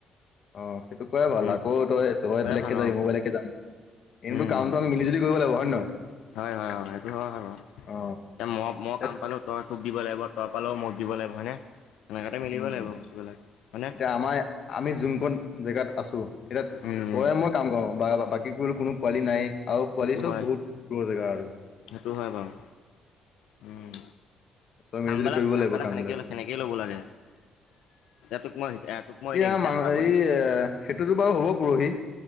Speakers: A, on the left; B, on the left.
A: অ' সেইটো কৰাই ভাল
B: উম,
A: আকৌ
B: উম,
A: তই তই
B: প্ৰায়
A: বেলেগকে
B: ভাল
A: যাবি
B: অ',
A: মই বেলেগকে যাম। এনে
B: উম,
A: কামটো আমি মিলজুলি কৰিব লাগিব হয় নে নহয়।
B: হয় হয় হয় সেইটো হয় হয় বাৰু।
A: অ
B: এ মই, মই
A: এত
B: কাম পালেও তই তোক দিব লাগিব তই পালেও মোক দিব লাগিব হয়নে। সনেকুৱাতে মিলিব
A: উম
B: লাগিব বস্তুবিলাক হয়নে।
A: এতিয়া আমাৰ আমি যোনখন জেগাত আছো এতিয়া
B: উম, উম,
A: তই মই কাম কৰো বা বাকী কোনো পোৱালি নাই আৰু পোৱালি
B: সেইটো
A: চব
B: হয়,
A: বহুত দূৰ জেগা আৰু
B: সেইটো হয় বাৰু। উম।
A: চব
B: কামবিলাক,
A: মিলিজুলি কৰিব
B: কামবিলাক
A: লাগিব কাম
B: সেনেকেই,
A: বিলাক। এতিয়া
B: সেনেকেই ল'ব লাগে। তোক মই, তোক মই এতিয়া হিচাপ
A: মান
B: এটা
A: এই
B: সুধিম
A: এ সেইটোতো বাৰু হ'ব পৰহি।